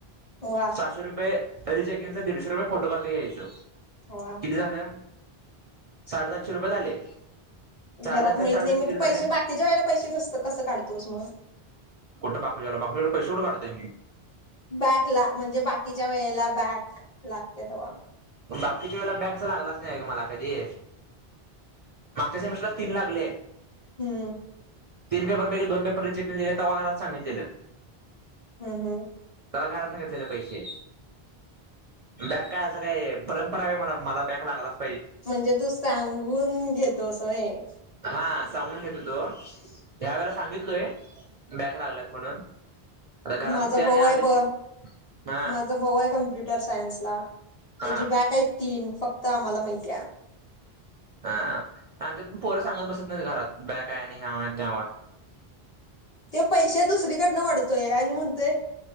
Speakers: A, on the left (about 40°); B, on the right (about 50°).
A: वा
B: सातशे रुपये अिचेकीनचं दीडशे रुपये फोटो कापी यायचं
A: वा
B: किती झालं साडेसातशे रुपये झाले साडेसातशे
A: घरात माहत
B: आणि साडेसातशे
A: नाही मग
B: किती
A: तू
B: झाले
A: पैसे बाकीच्या व्हाळेला पैसेच असत कसं काढतोस मग
B: कुठे बाकरीवाला बाकीरी पैसेवं काढतय मी
A: बॅकला म्हणजे बाकीच्या वेळेला बॅक लागते तेव्हा
B: बाकीच्या वेळेला बॅगस लागलाच नाही ग मला कधी मागच्या समशला तीन लागले
A: हम्म
B: तीन पेपरपैकी दोन पेपरक दिले त्या घरात सांगितलेलं
A: हम्म हम्म
B: का घरात नाही घेतलेले पैसे बॅग काय असं काय परंपरा आहे मला मला बॅग लागला अस
A: म्हणजे तू सांगून घेतो असय
B: ह सांगून घेतो तो ह वेळेला सांगितलोय बॅक लागलात म्हणून आता घरातून
A: माझा
B: त्याने
A: भाऊ
B: आले
A: आहे ब
B: हा
A: माझा भाऊ आहे कमप्युटर सायन्स ला
B: हा
A: त्याची बॅक आहे तीन फक्त आम्हाला माहिती आहे
B: हा आमच्यात पोरं सांगत बसत नाही घरात बॅग आहे आणि ह्या त्याव आहे
A: ते पैसे दुसरीकडनं वढतोय आणि म्हणतोय